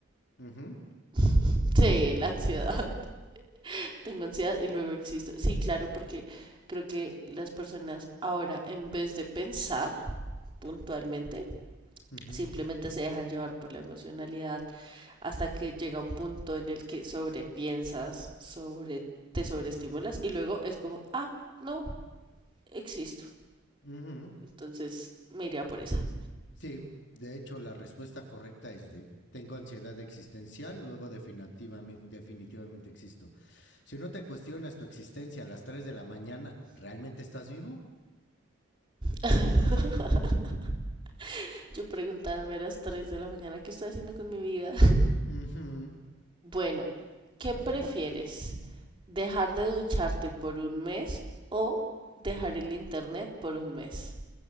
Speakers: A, on the left (about 55°); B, on the right (about 25°).
A: Ujú,
B: <laughs> Sí, la ansiedad. <laughs> Tengo ansiedad y luego existo. Sí, claro, porque creo que las personas ahora, en vez de pensar puntualmente,
A: ujú,
B: simplemente se dejan llevar por la emocionalidad hasta que llega un punto en el que sobrepiensas, sobre, te sobreestimulas y luego es como, ah, no, existo.
A: ujú.
B: Entonces me iría por esa.
A: Sí, de hecho la respuesta correcta es D. Tengo ansiedad existencial, luego definitivami- definitivamente existo. Si no te cuestionas tu existencia a las 3 de la mañana, ¿realmente estás vivo?
B: <laughs> Yo preguntándome a las 3 de la mañana qué estoy haciendo con mi vida.
A: Ujú.
B: Bueno, ¿qué
A: A
B: prefieres?
A: ver.
B: ¿Dejar de ducharte por un mes o dejar el internet por un mes?